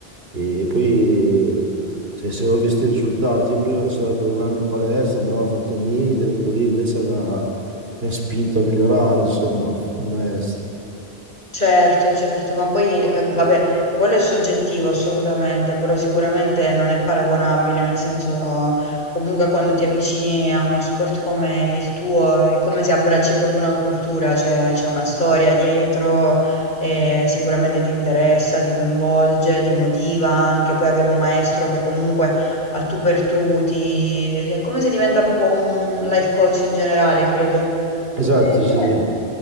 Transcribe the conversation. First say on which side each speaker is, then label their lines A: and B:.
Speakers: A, on the right (about 70°); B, on the left (about 50°).
A: e poi cioè, se non ho visto i risultati, io prima sono andato un anno in palestra, non avevo fatto niente, dopo lì invece mi ha mi ha spinto a migliorare, insomma, il maestro.
B: Certo, certo, ma poi, eh, vabbè, quello è soggettivo assolutamente, però sicuramente non è paragonabile, nel senso, comunque quando ti avvicini a uno sport come il tuo, è come se abbracci proprio una cultura, cioè c'è una storia dietro, e sicuramente ti interessa, ti coinvolge, ti motiva anche, poi avere un maestro che comunque a tu per tu ti... è come se diventa proprio un life coach in generale, credo.
A: Esatto,
B: È bello.
A: sì, sì.